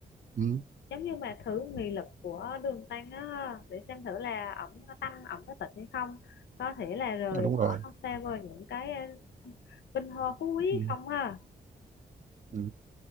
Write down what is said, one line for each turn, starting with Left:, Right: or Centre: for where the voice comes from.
Right: ừ.
Left: giống như mà thử nghị lực của đường tăng á, để xem thử là ổng có tăng ổng có tịnh hay không có thể là rời
Right: à, đúng
Left: bỏ
Right: rồi
Left: xa vời những cái à, vinh hoa phú quý
Right: ừ.
Left: không ha
Right: Ừ.